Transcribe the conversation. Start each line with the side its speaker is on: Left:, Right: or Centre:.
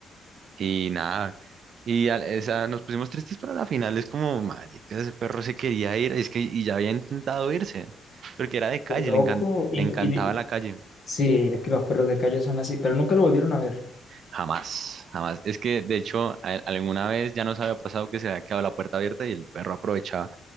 Right: y nada, y al- o sea, nos pusimos tristes pero a la final, es como, marica, ese perro se quería ir, es que, y ya había intentado irse, porque era de calle,
Left: qué loco.
Right: le encan- le
Left: Y,
Right: encantaba
Left: y-
Right: la calle.
Left: sí, es que los perros de calle son así, pero nunca lo volvieron a ver.
Right: Jamás, jamás. Es que, de hecho, a- alguna vez ya nos había pasado que se había quedado la puerta abierta y el perro aprovechaba